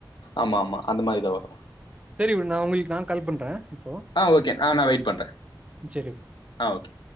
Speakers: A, on the left (about 75°); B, on the right (about 15°).
A: ஆமா ஆமா அந்த மாரிதா வரு
B: சரி விட நா உங்களுக்கு நா கால் பண்றே இப்போ
A: ஆ ஓகே ஆ நா வெயிட் பண்றே
B: சரி விடு.
A: ஆ ஓகே